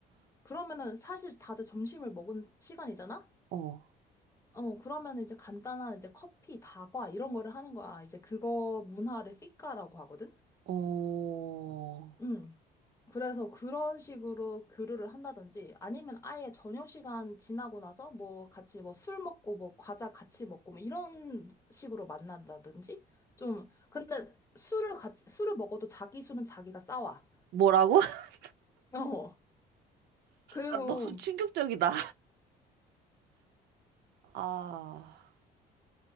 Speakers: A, on the left; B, on the right.
A: 그러면은 사실 다들 점심을 먹은 시간이잖아?
B: 어,
A: 어, 그러면 이제 간단한 이제 커피, 다과 이런 거를 하는 거야. 이제 그거 문화를 피카라고 하거든?
B: 어.
A: 음. 그래서 그런 식으로 교류를 한다든지 아니면 아예 저녁 시간 지나고 나서 뭐 같이 뭐 술 먹고 뭐 과자 같이 먹고 뭐 이런 식으로 만난다든지 좀 근데 술을 같이 술을 먹어도 자기 술은 자기가 싸와.
B: 뭐라고? <laughs>
A: 어. 그리고
B: 아, 너무 충격적이다. 아,